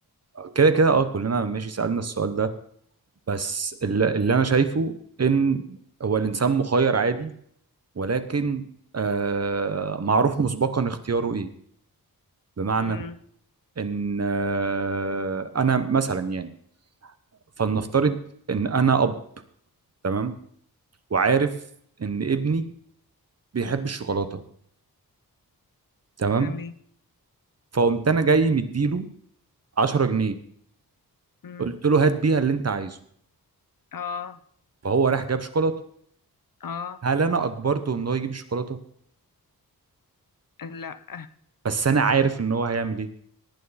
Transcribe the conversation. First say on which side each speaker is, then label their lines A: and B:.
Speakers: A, on the right; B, on the left.
A: كده كده اه كلنا ماشي سألنا السؤال ده بس اللي, اللي انا شايفه ان هو الانسان مخير عادي ولكن آه معروف مسبقا اختياره ايه بمعنى
B: امم
A: ان آه انا مثلا يعني فلنفترض ان انا اب تمام وعارف ان ابني بيحب الشوكولاتة تمام
B: تمام
A: فقمت انا جاي مديله 10 جنيه
B: مم.
A: قلت له هات بيها اللي انت عايزه
B: اه
A: فهو راح جاب شوكولاتة
B: اه
A: هل انا اجبرته ان هو يجيب الشوكولاتة
B: لا
A: بس انا عارف ان هو هيعمل ايه